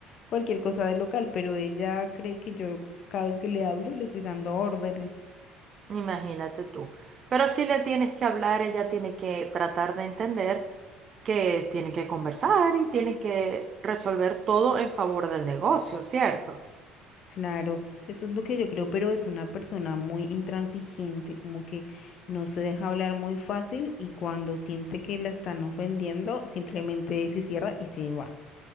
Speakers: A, on the left; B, on the right.
A: cualquier cosa del local, pero ella cree que yo cada vez que le hablo le estoy dando órdenes.
B: Imagínate tú. Pero si le tienes que hablar, ella tiene que tratar de entender que tienen que conversar y tienen que resolver todo en favor del negocio, ¿cierto?
A: Claro, eso es lo que yo creo, pero es una persona muy intransigente, como que no se deja hablar muy fácil y cuando siente que la están ofendiendo, simplemente se cierra y se va.